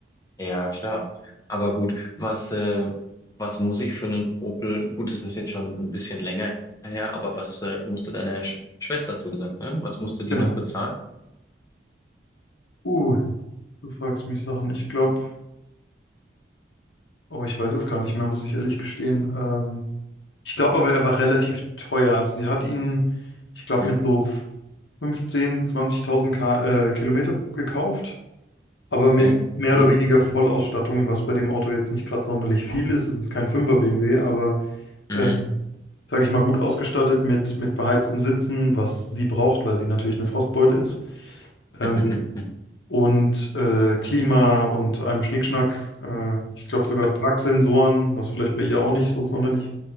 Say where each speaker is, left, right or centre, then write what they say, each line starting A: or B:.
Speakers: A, on the left; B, on the left.
A: Ja, klar. Aber gut, was, äh, was muss ich für einen Opel? Gut, es ist jetzt schon ein bisschen länger her, aber was äh, musste deine Sch Schwester, hast du gesagt, ne? Was musste die
B: Genau.
A: dafür zahlen?
B: Uh, du fragst mich Sachen. Ich glaube, oh, ich weiß es gar nicht mehr, muss ich ehrlich gestehen. Ähm, ich glaube aber, er war relativ teuer. Also sie hat ihn, ich glaube,
A: Hm,
B: mit so 15, 20.000 Ka äh, Kilometer gekauft. aber mit
A: Okay,
B: mehr
A: gut.
B: oder weniger Vollausstattung, was bei dem Auto jetzt nicht gerade sonderlich viel ist. Es ist kein 5er BMW, aber
A: Hm.
B: ähm, sage ich mal, gut ausgestattet mit, mit beheizten Sitzen, was sie braucht, weil sie natürlich eine Frostbeule ist. Ähm,
A: <laughs>
B: und äh, Klima und einem Schnickschnack. Äh, ich glaube sogar
A: Ja,
B: Parksensoren, was vielleicht bei ihr auch nicht so sonderlich